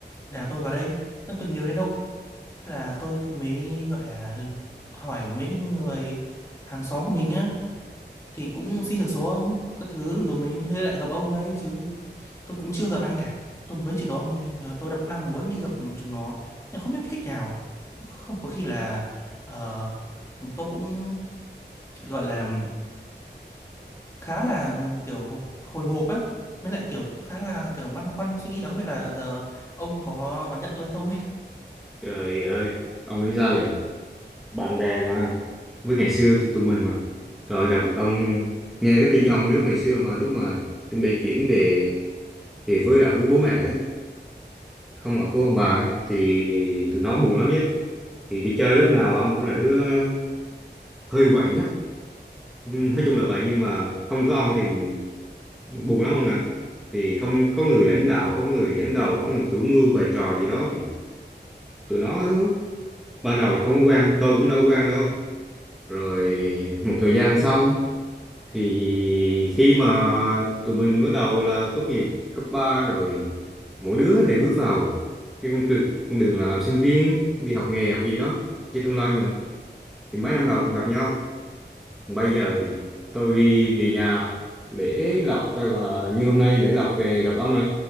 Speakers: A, on the left; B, in the centre.
A: là tôi vào đây tôi, tôi nhớ đến ông thế là tôi mới gọi là hỏi mấy cái người hàng xóm của mình á thì cũng xin được số ông các thứ rồi mình thế lại gặp ông đấy chứ tôi cũng chưa gặp ai cả tôi mới chỉ gặp ông thôi Ờ, tôi đã cũng đang muốn đi gặp chúng nó nhưng không biết cách nào không có khi là ờ, tôi cũng gọi là khá là kiểu hồ- hồi hộp á mới lại kiểu khá là kiểu băn khoăn suy nghĩ đó không biết là giờ ông có đón nhận tôi không ấy
B: Trời ơi, ông nghĩ sao vậy? Bạn bè mà với ngày xưa tụi tụi mình mà. Rồi gặp được ông nghe cái tin ông lúc ngày xưa mà lúc mà chuẩn bị chuyển về về với ở với bố mẹ đấy, không ở với ông bà á, thì tụi nó buồn lắm chứ. thì đi chơi lúc nào ông cũng là đứa hơi quậy nhất Ừ, nói chung là vậy nhưng mà không có ông thì buồn lắm ông nè thì không có người lãnh đạo không người dẫn đầu không người chủ mưu bày trò gì đó thì tụi nó ban đầu là không có quan tôi cũng đâu có quan đâu rồi một thời gian sau thì khi mà tụi mình bắt đầu là tốt nghiệp cấp 3 rồi mỗi đứa đều bước vào cái con trường con đường là làm sinh viên đi học nghề học gì đó cho tương lai mình thì mấy năm đầu còn gặp nhau Bây giờ thì tôi đi về nhà lễ lộc hay là như hôm nay lễ lộc về gặp ông này